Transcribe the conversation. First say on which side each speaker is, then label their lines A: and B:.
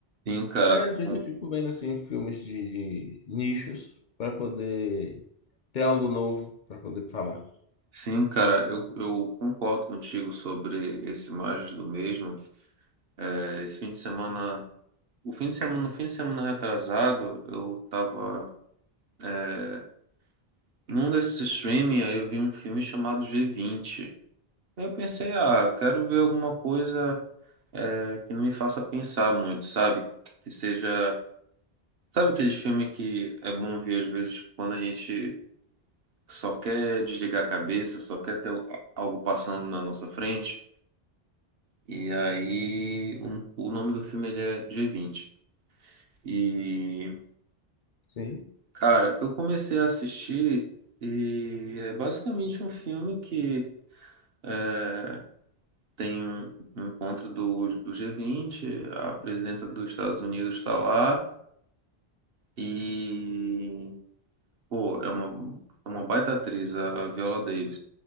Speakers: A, on the right; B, on the left.
A: Sim, cara,
B: Aí às vezes
A: con-
B: eu fico vendo assim filmes de, de nichos para poder ter algo novo para poder falar.
A: sim, cara, eu, eu concordo contigo sobre esse Imagens do Mesmo. É, esse fim de semana, o fim de semana, no fim de semana retrasado, eu tava, é, num desses streaming, aí eu vi um filme chamado G20. Aí eu pensei, ah, quero ver alguma coisa, é, que não me faça pensar muito, sabe? Que seja, sabe aqueles filmes que é bom ver às vezes quando a gente só quer desligar a cabeça, só quer ter algo passando na nossa frente? E aí, um- o nome do filme ele é G20. E,
B: Sim.
A: cara, eu comecei a assistir e é basicamente um filme que é, tem um, um encontro do, do G20, a presidenta dos Estados Unidos está lá e, pô, é uma, é uma baita atriz, a Viola Davis.